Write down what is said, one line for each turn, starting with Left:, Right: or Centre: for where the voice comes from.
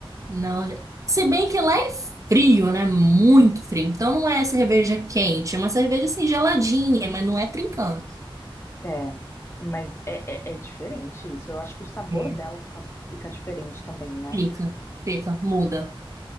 Right: Não, já- se bem que lá é frio, né? Muito frio. Então não é cerveja quente, é uma cerveja assim geladinha, mas não é trincando.
Left: É, mas é, é, é diferente isso. Eu acho que o sabor
Right: É.
Left: dela fica, fica diferente também, né?
Right: Fica, fica, muda.